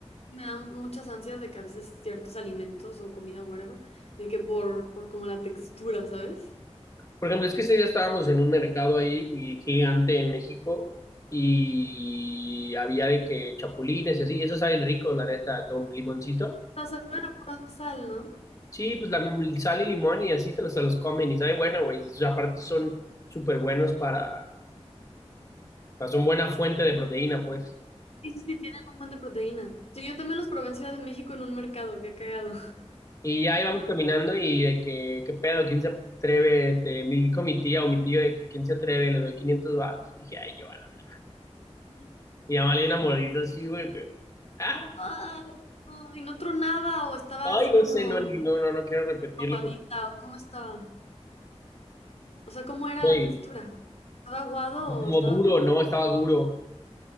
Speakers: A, on the left (about 65°); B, on the left (about 30°).
A: me dan muchas ansias de que a veces ciertos alimentos o comida, whatever, de que por, por como la textura, ¿sabes?
B: Por ejemplo, es que ese día estábamos en un mercado ahí y gigante en México y había de que chapulines y así, y esos saben ricos, la neta, con limoncito.
A: O sea, saben a pura sal, ¿no?
B: Sí, pues la sal y limón y así te los, se los comen y sabe bueno, güey. O sea, aparte son súper buenos para, o sea, son buena fuente de proteína, pues.
A: Sí, sí, sí, tienen un buen de proteína. Sí, yo también los probé en Ciudad de México en un mercado, qué cagado.
B: Y ya íbamos caminando y de que, qué pedo, quién se atreve, te, me dijo mi tía o mi tío de que quién se atreve, le doy 500 baros. Y dije, ay, yo a la verga.
A: <laughs>
B: Y ya le di una mordita así, güey, que, ah,
A: Ay, no, y no tronaba o estaba
B: Ay,
A: así
B: no
A: como
B: sé, no, no, no, no quiero repetirlo.
A: aguadita, ¿cómo estaba? O sea, ¿cómo era
B: Güey,
A: la textura? ¿Estaba aguado
B: es como
A: o estaba
B: duro,
A: dura?
B: no, estaba duro.